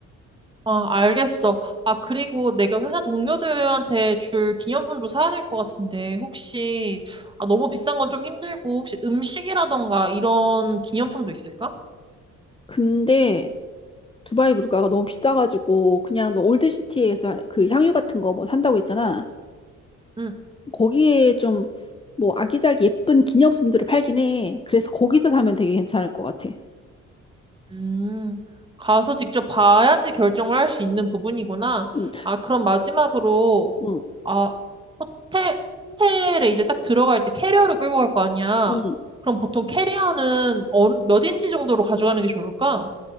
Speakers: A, on the right (about 15°); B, on the left (about 20°).
A: 아, 알겠어. 아, 그리고 내가 회사 동료들한테 줄 기념품도 사야 될 것 같은데 혹시 아, 너무 비싼 건 좀 힘들고 혹시 음식이라던가 이런 기념품도 있을까?
B: 근데 두바이 물가가 너무 비싸가지고 그냥 너 올드시티에서 그 향유 같은 거 뭐 산다고 했잖아.
A: 응.
B: 거기에 좀 뭐 아기자기 예쁜 기념품들을 팔긴 해. 그래서 거기서 사면 되게 괜찮을 것 같아.
A: 음, 가서 직접 봐야지 결정을 할 수 있는 부분이구나.
B: 응,
A: 아, 그럼 마지막으로,
B: 응,
A: 아, 호텔, 호텔에 이제 딱 들어갈 때 캐리어를 끌고 갈 거 아니야.
B: 응.
A: 그럼 보통 캐리어는 어, 몇 인치 정도로 가져가는 게 좋을까?